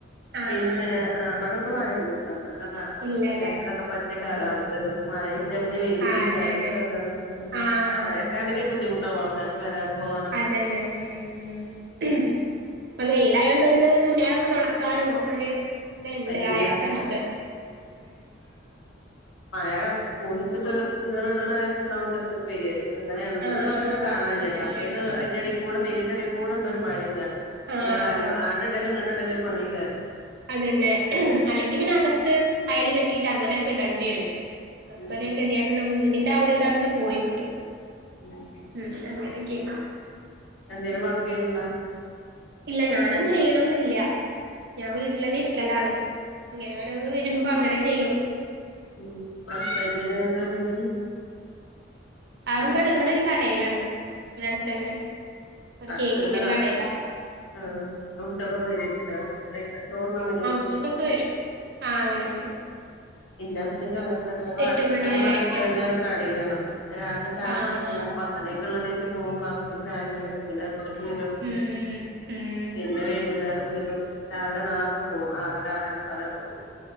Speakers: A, on the right; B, on the left.
A: ആഹ്
B: പിന്നെ
A: ആഹ്
B: ആ ഇബടെന്ന് മയല്ല്യട്ടോ നല്ല ആ ആ
A: ഇല്ലല്ലേ
B: കല്യാണത്തിനൊക്കെ പറ്റിയ
A: ഉം
B: കാലാവസ്ഥേണ് മഴ ഇല്ല വല്ല്യ വെയിലും
A: ആഹ്
B: ഇല്ല
A: അതന്നെ
B: അങ്ങനത്തെ ഒരുതാണ്. ഉം
A: ആഹ് ആഹ്
B: മയൊക്കൊണെങ്കി
A: ഉം
B: ബുദ്ധിമു ട്ടാവും ആൾക്കാർക്ക് വരാനും പോവാനും
A: അതന്നെ ഉം ഉം ഇപ്പൊ വെയിലായോണ്ട് ഒന്ന് തുണിയാളൊക്കെ ഒണ ക്കാനും ഒക്കൊരു ഇത്ണ്ട്
B: പറ്റൂല
A: ആയാസണ്ട് ഉം
B: മഴ പോയിച്ചിട്ട് തുണിയാള് ഇടണനേ ര്ത്ത്ണ്ടാവും ചെൽപ്പ ഒരു പെയ്യല് അങ്ങനേണ് ഇന്ന്പ്പ
A: ആഹ്
B: അങ്ങനെയൊന്നും
A: ആഹ്
B: കാണാൻ ഇല്ലട്ടോ
A: അങ്ങനെയാണ്
B: മറ്റേത് അയിന്റെ
A: ഉം
B: എടീ കൂടെ വെയിലിന്റെടീ കൂടെണ്ടൊരു മഴയ്യെയാന്
A: ആഹ്
B: തുണിയാളായാലും അങ്ങട്ട് ഇടലും ഇങ്ങട്ടിടലും ഒരു പണിയയ്കാരം.
A: അതന്നെ അല്ലെങ്കി പിന്നെ അകത്ത് അയല് കെട്ടീട്ട് അങ്ങനെയൊക്കെ ഇടെണ്ടി വരും അപ്പൊ
B: ഉം
A: കെദ്യേടെന്നെ വീടിന്റാ ആ ഒര്തങ്ങട്ട് പോയി കിട്ടും
B: ഉം <unintelligible>
A: ഉം അങ്ങനെയൊക്കെയാണ്
B: എന്തേലും വർക്കീയ്യ്ണ്ടാ
A: ഇല്ല ഞാനും ചെയ്യണൊന്നില്ല ഞാൻ വീട്ടിലെന്നെ ഇരിക്കലാണ് ഇങ്ങനെ ഓരോന്ന് വരുമ്പോ അങ്ങനെ ചെയ്യും.
B: ഉം ഹസ്ബന്റ്നെന്താ
A: ഉം
B: ജോലി
A: അവ്വ്ടെ വ്ടൊരു കടേലാണ് വ്ടെത്തന്നെ ഒരു
B: അടുത്ത്
A: കേക്കിന്റെ
B: തന്നെ
A: ഒരു കടേലാ
B: ആഹ് ഉച്ചയോടൂടെ വെര്വാരിക്കല്ലേ ഫുഡ്‌ കഴിക്കാൻ ചോറുണ്ണാൻ വെര്വാരിക്കും
A: ഉച്ചക്കക്കെ വെരും ആഹ് വെരും വെരും
B: ഇന്റ ഹസ്ബന്റും അങ്ങൻതന്നാ ഞങ്ങളട്
A: എട്ട് മണി
B: ഞങ്ങളടുത്തന്നെ
A: വരെയൊക്കെ
B: ഒരു കടയിലാണ് രാവിലെ ചായുടിച്ച്
A: ആഹ്
B: പോവും
A: ആഹ്
B: പത്തെണിക്ക്ള്ളതായ്ട്ട് പോകും ഫ്ലാസ്ക്കിൽ ചായേം കടി എന്ന്ട്ട് പിന്നെ ഉച്ചക്ക് വെരും
A: ഉം ഉം ഉം
B: പിന്നെ വൈകുന്നേരം വെരും രാവിലെ നേർത്തെ പോവും ആറര ആറേ മുക്കാലാവുംമ്പൊ പോകും